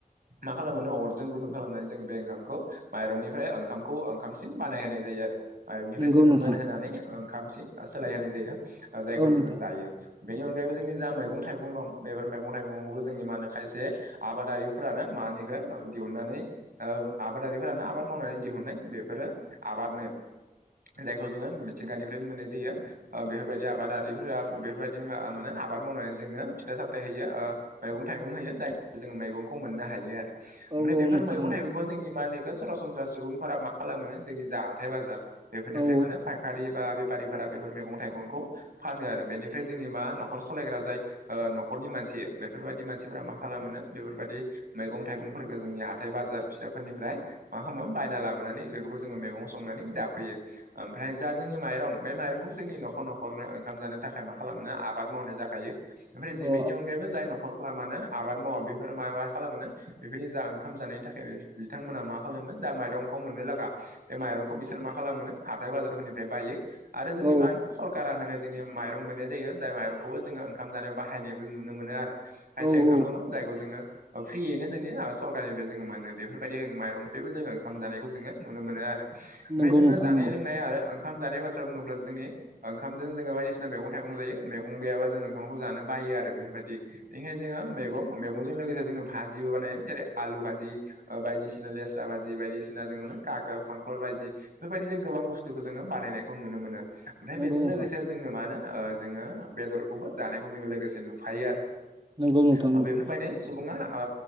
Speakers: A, on the right (about 70°); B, on the right (about 35°).
A: मा खालामो अरजों गुदुं खालामनानै जों बे ओंखामखौ माइरंनिफ्राय ओंखामखौ ओंखामसिम बानाय होनोनाय जायो आरो । माइरंनिफ्राय
B: नंगौ
A: जोङो
B: नोंथां
A: मोनहोनानै ओंखामसिम सोलायहोनाय जायो जायखौ
B: औ
A: जोङो
B: नोंथां
A: जायो। बेनि अनगायैबो जोंनि जा मैगं थाइगं दं बेफोर मैगं थाइगंखौबो जोंनि मा होनो खायसे आबादारिफोरानो मानिखो दिहुननानै <unintelligible> आबादारिफोरानो आबाद मावनानै दिहुननाय बेफोरो आबादनो जायखौ जोङो मिथिंगानिफ्रायनो मोननाय जायो ओ बेफोरबायदि आबादारिफोरा बेफोरबायदि आ माने आबाद मावनानै जोंनो फिथाइ सामथायाइ होयो ओ मैगं थाइगं होयो जाय जों मैगंखौ मोननो हायो आरो
B: औ
A: ओमफ्राय
B: औ
A: बेफोर
B: नोंथां
A: मैगं थाइगंखौ जोंनि मा होनोखौ सरासनस्रा सुबुंफोरा मा खालाम मोनो जोंनि जा हाथथाय बाजार बेफोरनिफ्राय
B: औ औ
A: मोनो फायखारि बा बेफारिफोरा बेफोर मैगं थाइगंखौ फानो आरो बेनिफ्राय जोंनि मा न'खर सालायग्रा जाय ओ न'खरनि मानसि बेफोरबायाददि मानसिफोरा मा खालामोनो बेफोरबायदि मैगं थाइगंफोरखौ जोंनि हाइ बाजार फिसाफोरनिफ्राय मा खालामो बायना लाबो खुनानै बेफोरखौ जों मैं संनानै
B: औ
A: जाफैयो ओमफ्राय जा जोंनि माइं बे माइरंखौबो जोंनि न'खर न' खरनो ओंखाम जानो थाखाय मा खालामो आबाद मावनाय जाखायो ओमफ्राय जे
B: औ
A: बेनि अनगायैबो जाय न खर फोरा मा होनो खालाम मानो आबाद मावा बेफोर माबा खालामो बेफोरनि जा ओंखाम जानायनि थाखाय बिथांमोना मा खालामोमोन जा माइरं बे माइरंखौ बिसोर मा खालामो हाथाय बाजारफोरनिफ्राय बायो आरो जोंनि
B: औ
A: मा होनो कारा होनो जोङनि माइरं मोननाय जायो । जाय माइरंखौबो जोङो ओंखाम जानायाव बाहायनायबो नुनो मोनो आरो । खायसे
B: औ
A: ओंखाम
B: औ
A: दङ जायखौ जोङो ओ फ्रियैनो जोंनि सरखारनिफ्राय जोङो मोनो बेफोरबायदि माइरंनिफ्रायबो जोङो ओंख जानायखौ जोङो नुनो मोनो आरो । ओमफ्राय
B: नंगौ
A: जोङो
B: नोंथां
A: जानाय
B: नंगौ
A: लोंनाय आरो ओंखाम जानाय बाथ्रा बुङोब्ला जोंनि ओंखामजों जोङो बायदिसिना मैगं थाइगं जायो । मैगं गैयाबा जों ओंखामखौ जानो बायो आरो बेफोरबायदि बेनिखायनो जोङो मैगं मैगंजों लोगोसे जोंनो भाजिबो बानायो जेरै आलु भाजि ओ बायदिसिना लेस्रा बा जि बायदिसिना जों मे खाग्राल खांख्लर बायदि बेफोरबायदि जों गोबां बुस्थुखौ जोङो बानायनायखौ नुनो मोनो । ओमफ्राय
B: नंगौ
A: बेजों
B: नोंथां
A: लोगोसे जोङो मानो ओ जोङो बेदरखौबो जानायखौ जोङो लोगोसे नुफायो आरो ।
B: नंगौ नोंथां
A: ओ
B: नंगौ
A: बेफोरबायदि सुबुङा ओ